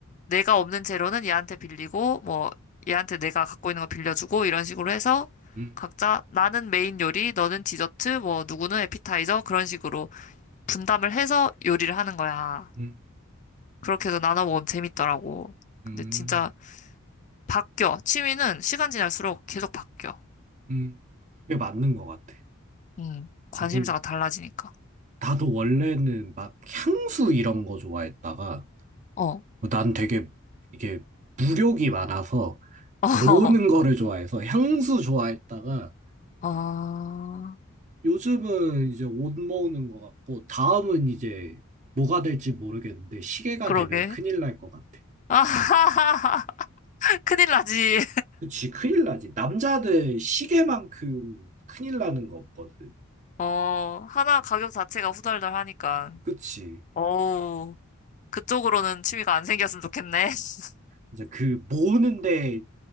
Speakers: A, on the left; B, on the right.
A: 내가 없는 재료는 얘한테 빌리고, 뭐, 얘한테 내가 갖고 있는 거 빌려주고, 이런 식으로 해서,
B: 음,
A: 각자, 나는 메인 요리, 너는 디저트, 뭐, 누구는 에피타이저, 그런 식으로 분담을 해서 요리를 하는 거야.
B: 음,
A: 그렇게 해서 나눠 먹으면 재밌더라고. 근데
B: 음,
A: 진짜 바뀌어. 취미는 시간 지날수록 계속 바뀌어.
B: 음. 그게 맞는 것 같아.
A: 음, 관심사가
B: 나도,
A: 달라지니까.
B: 나도 원래는 막 향수 이런 거 좋아했다가,
A: 어,
B: 어, 난 되게 이게 무력이 많아서
A: <laughs>
B: 모으는 거를 좋아해서 향수 좋아했다가,
A: 어, 아,
B: 요즘은 이제 옷 모으는 것 같고, 다음은 이제 뭐가 될지 모르겠는데, 시계가
A: 그러게.
B: 되면 큰일 날 것 같아.
A: 아 <laughs> 큰일 나지.
B: 그치, 큰일 나지. 남자들 시계만큼 큰일 나는 거 없거든.
A: 어, 하나 가격 자체가 후덜덜하니까.
B: 그치.
A: 어우, 그쪽으로는 취미가 안 생겼으면 좋겠네. <laughs>
B: 이제 그 모으는데,